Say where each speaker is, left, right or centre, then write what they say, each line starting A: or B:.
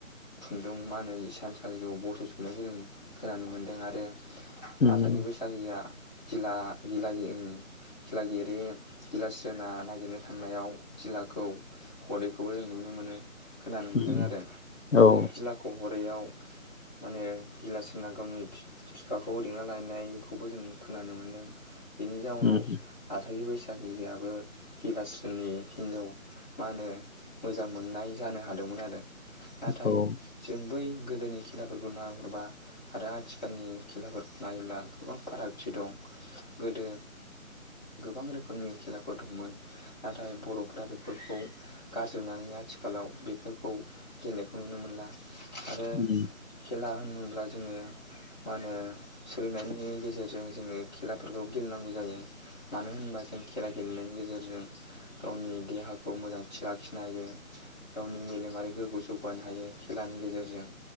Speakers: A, in the centre; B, on the left (about 65°).
A: खुंन मा होनो सानसालिआव बस'जोबनायखौ जों खोनानो मोन्दों आरो आरो
B: उम
A: आसागि बैसागिया गिला गिला गिला ओं गिरे गिलास्रोना नागिरनो थांनायाव गिलाखौ हरैखौबो जों नुनो मोनो। खोनानो मोन्दों
B: उम
A: आरो
B: औ
A: बे गिला हरैयाव माने गिलास्रोना गावनि बिफाखौ लिंना लायनायखौबो जों खोनानो मोन्दों बेनि जाउनाव
B: उम
A: आसागि बैसा जाखिजायाबो गिलास्रिनि हिनजाव मा होनो मोजां मोननाय जानो हादोंमोन आरो नाथाय
B: औ
A: जों बै गोदोनि खेलाफोरखौ नायहरबा आरो आथिखालनि खेलाफोरखौ नायोब्ला गोबां फारागथि दं गोदो गोबां रोखोमनि खेलाफोर दंमोन नाथाय बर'फ्रा बेफोरखौ गारजोबनानै आथिखालाव बेफोरखौ गेलेनायखौ नुनो मोनला आरो
B: उम
A: खेला होनोब्ला ज जोङो मा होनो सोलोंनायनि गेजेरजों जोङो खेलाफोरखौ गेलेनांगौ जायो मानो होनबा जों खेला गेलेनायनि गेजेरजों गावनि देहाखौ मोजांथि लाखिनो हायो। गावनि मेलेमारि गोग्गोजों जौगानो हायो। खेलानि गेजेरजों